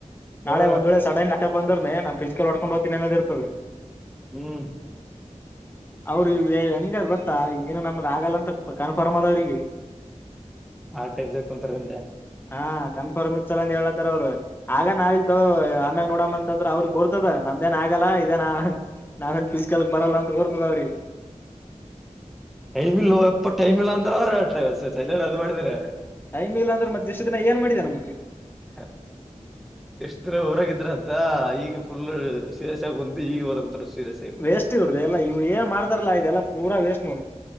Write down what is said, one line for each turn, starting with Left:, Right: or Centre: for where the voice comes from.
Centre: ಹಾ
Left: ನಾಳ ಒಂದ್ ವೇಳೆ ಸಡನ್ಲಿ ಅಂದ್ರ ನಾ ಫಿಜಿಕಲ್ ಒಡಕೊಂಡ ಹೋಗ್ತೀನಿ ಅನ್ನದ ಇರ್ತದ.
Centre: ಹ್ಮ್,
Left: ಅವ್ರ ಹೆಂಗಾರ ಗೊತ್ತಾ ಏನು ನಮ್ದ ಆಗಲ್ಲ ಅಂತ ಕನ್ಫರ್ಮ್ ಅದಾಅವ್ರಿಗೆ.
Centre: ಆ ಟೈಪ್ ಬೇಕ ಕುಂತಾರೆಂದ್ಯಾ
Left: ಹಾ, ಕನ್ಫರ್ಮ್ ಇತ್ಸಲ ಅಂದ ಹೇಳತಾರ ಅವರು. ಆಗನ ಹಾಗ್ಲಿತಗೋ ಆಮ್ಯಾಗ ನೋಡಮ್ಮ ಅಂತ ಅಂದ್ರ ಅವ್ರಗ್ ಗೋರ್ತದ ನಂದೇನ್ ಆಗಲ್ಲ ಇದೇನಾ ನಾವೇನ್ ಪಿಸಿಕಲ್ ಬರಲ್ಲ ಅಂತ ಗೂರ್ತದಾವ್ರಿಗೆ.
Centre: ಟೈಮ ಇಲ್ಲೊ ಎಪ್ಪ ಟೈಮ ಇಲ್ಲ ಅಂತ ಅವರು ಆತಾರೆ ಸರ್ ಚಂತನ ಅದು ಮಾಡಿದ್ರೆ.
Left: ಟೈಮ್ ಇಲ್ಲ ಅಂದ್ರೆ ಮತ್ತೆ ಇಷ್ಟು ದಿನ ಏನ್ ಮಾಡಿದೆ ನಮಕ್
Centre: ಹ <inaudible> ಇಷ್ಟ್ ದಿನ ಊರಾಗಿದ್ರ ಅಂತ ಈಗ ಫುಲ್ ಸೀರಯಸ್ ಆಗಿ ಬಂತು ಈಗ ಓದ ಕುಂತ್ತಾರ ಸೀರಯಸ್.
Left: ವೇಸ್ಟ್ ಇವ್ರುದ ಎಲ್ಲ ಇವ್ರುಏನ ಮಾಡತಾರಲ್ಲ ಇದೆಲ್ಲ ಪೂರ ವೇಸ್ಟ್ ನೋಡು.